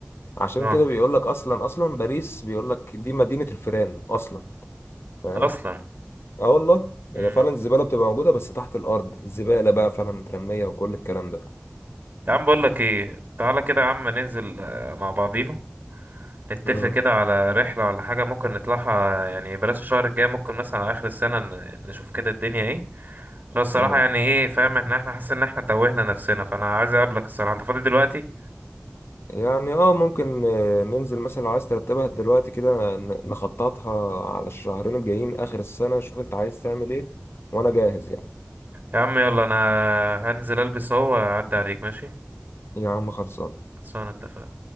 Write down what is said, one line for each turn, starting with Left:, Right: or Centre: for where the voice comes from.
Left: عشان
Right: اه
Left: كده بيقول لك أصلا أصلا باريس بيقول لك دي مدينة الفيران أصلا فاهم
Right: اصلا
Left: اه والله
Right: مم.
Left: هي فعلا الزبالة بتبقى موجودة بس تحت الأرض الزبالة بقى فعلا مترمية وكل الكلام ده
Right: يا عم بقول لك ايه تعالى كده يا عم ننزل آه، مع بعضينا نتفق
Left: مم.
Right: كده على رحلة ولا حاجة ممكن نطلعها يعني بلاش الشهر الجاي ممكن مثلا على آخر السنة ن- نشوف كده الدنيا ايه بس الصراحة
Left: مم.
Right: يعني ايه فاهم ان احنا حاسس ان احنا توهنا نفسنا فانا عايز اقابلك الصراحة انت فاضي دلوقتي
Left: يعني اه ممكن آه، ننزل مثلا لو عايز ترتبها دلوقتي كده ن- نخططها على الشهرين الجايين آخر السنة شوف انت عايز تعمل ايه وأنا جاهز يعني
Right: يا عم يلا انا هنزل البس اهو واعدي عليك ماشي
Left: يا عم خلصان
Right: خلصانة اتفقنا